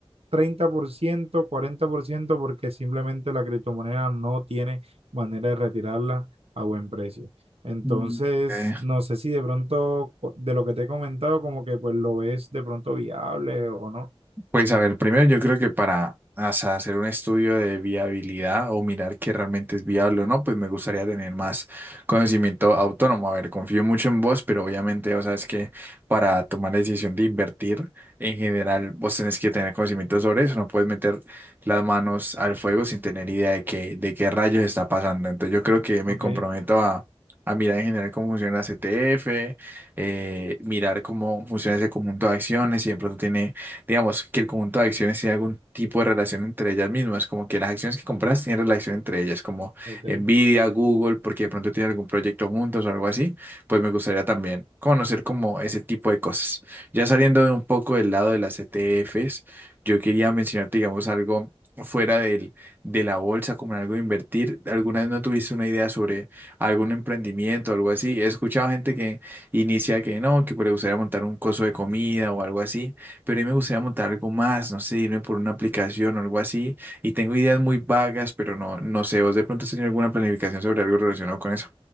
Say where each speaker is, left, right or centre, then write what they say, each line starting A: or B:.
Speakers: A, on the right (about 70°); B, on the right (about 20°).
A: treinta por ciento cuarenta por ciento porque simplemente la criptomoneda no tiene manera de retirarla a buen precio. Entonces,
B: Mm. Ok.
A: no sé si de pronto de lo que te he comentado, como que pues lo ves de pronto viable o no.
B: Pues a ver, primero yo creo que para o sea, hacer un estudio de viabilidad o mirar que realmente es viable o no, pues me gustaría tener más conocimiento autónomo. A ver, confío mucho en vos, pero obviamente, o sea, es que para tomar la decisión de invertir, en general, vos tenés que tener conocimiento sobre eso. No puedes meter las manos al fuego sin tener idea de qué, de qué rayos está pasando. Entonces yo creo que me
A: Ok,
B: comprometo a... a mirar en general cómo funciona la CTF, eh, mirar cómo funciona ese conjunto de acciones, si de pronto tiene digamos, que el conjunto de acciones tiene algún tipo de relación entre ellas mismas, como que las acciones que compras tienen relación entre ellas, como
A: ok.
B: Nvidia, Google, porque de pronto tienen algún proyecto juntos o algo así, pues me gustaría también conocer como ese tipo de cosas. Ya saliendo de un poco del lado de las ETFs, yo quería mencionarte, digamos, algo fuera del, de la bolsa, como en algo de invertir. ¿Alguna vez no tuviste una idea sobre algún emprendimiento o algo así? He escuchado gente que inicia que no, que pues le gustaría montar un coso de comida o algo así pero a mí me gustaría montar algo más, no sé, irme por una aplicación o algo así. Y tengo ideas muy vagas, pero no, no sé, ¿vos de pronto has tenido alguna planificación sobre algo relacionado con eso?